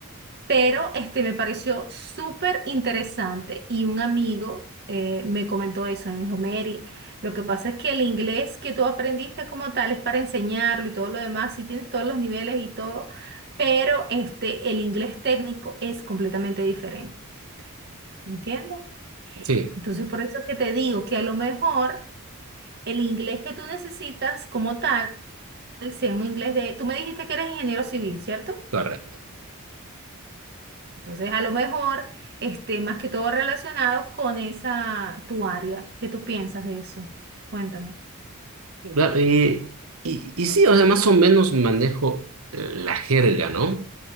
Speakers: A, on the right; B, on the right.
A: Pero este me pareció súper interesante y un amigo eh, me comentó eso, me dijo, Mary, lo que pasa es que el inglés que tú aprendiste como tal es para enseñarlo y todo lo demás, si tienes todos los niveles y todo, pero este el inglés técnico es completamente diferente, ¿entiendes?
B: Sí,
A: Entonces por eso es que te digo que a lo mejor el inglés que tú necesitas como tal sea un inglés de, tú me dijiste que eres ingeniero civil, ¿cierto?
B: Correcto.
A: Entonces, a lo mejor esté más que todo relacionado con esa tu área. ¿Qué tú piensas de eso? Cuéntame.
B: claro, y, y, y sí, o sea, más o menos manejo la jerga, ¿no?